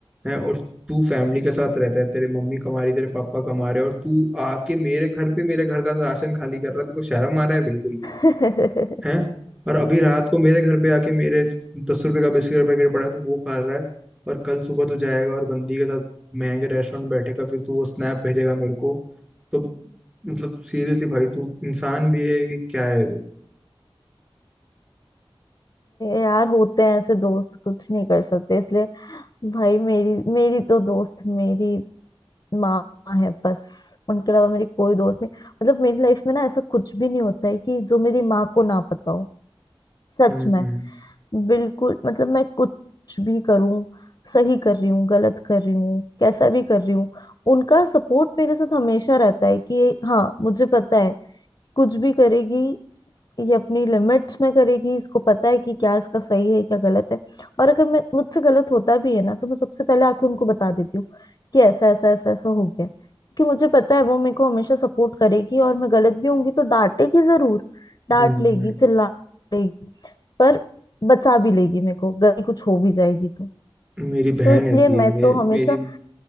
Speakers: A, on the right; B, on the left.
A: है और तू फैमिली के साथ रहता है तेरे मम्मी कमा रही तेरे पापा कमा रहे और तू आके मेरे घर पे मेरे घर का राशन खाली कर रहा है तेरे को शर्म आ रहा है बिल्कुल
B: नहीं
A: हैं और अभी रात को मेरे घर पे आके मेरे जो दस रुपए का बिस्किट का पैकेट पड़ा है तो वो खा रहा है और कल सुबह तू जाएगा और बंदी के साथ महंगे रेस्टोरेंट में बैठेगा फिर तू वो स्नैप भेजेगा मेरे को तो मतलब सीरियसली भाई तू इंसान भी है कि क्या है तू
B: यार होते हैं ऐसे दोस्त कुछ नहीं कर सकते इसलिए भाई मेरी मेरी तो दोस्त मेरी माँ है बस उनके अलावा मेरी कोई दोस्त नहीं मतलब मेरी लाइफ में ना ऐसा कुछ भी नहीं होता है कि जो मेरी माँ को ना पता हो सच
A: हम्म
B: में बिल्कुल मतलब मैं कुछ भी करूँ सही कर रही हूँ गलत कर रही हूँ कैसा भी कर रही हूँ उनका सपोर्ट मेरे साथ हमेशा रहता है कि हाँ मुझे पता है कुछ भी करेगी ये अपनी लिमिट्स में करेगी इसको पता है कि क्या इसका सही है क्या गलत है और अगर मैं मुझसे गलत होता भी है ना तो मैं सबसे पहले आके उनको बता देती हूँ कि ऐसा ऐसा ऐसा ऐसा हो गया क्योंकि मुझे पता है वो मेरे को हमेशा सपोर्ट करेगी और मैं गलत भी होंगी तो डांटेगी जरूर
A: हम्म
B: डांट लेगी चिल्ला लेगी पर बचा भी लेगी मेरे को गलती कुछ हो भी जाएगी तो
A: मेरी बहन
B: तो इसलिए
A: ऐसी
B: मैं
A: है मे,
B: तो हमेशा
A: मेरी